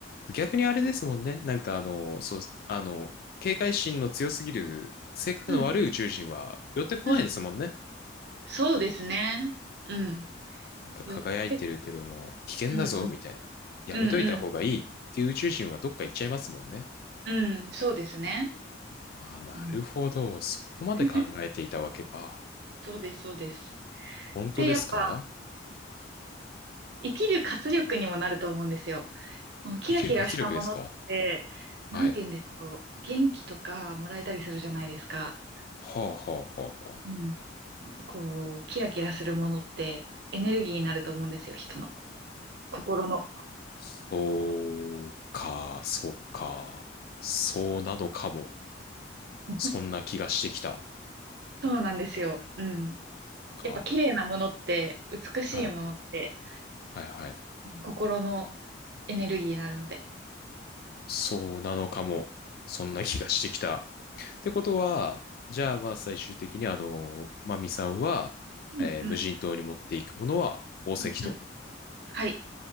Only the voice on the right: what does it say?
うん。うん。そうですね。うん。
寄って、うん。
うん。うん。うん。そうですね。
うん。
<laughs> そうです、そうです。
で、やっぱ、生きる活力にもなると思うんですよ。もうキラキラしたものって、
なんて言うんでしょう。
元気とかもらえたりするじゃないですか。
うん。こう、キラキラするものってエネルギーになると思うんですよ、人の。心の。
<laughs>
そうなんですよ。うん。
やっぱ綺麗なものって、美しいものって、
あの心のエネルギーになるので。
うん、
うん、うん、うん。はい。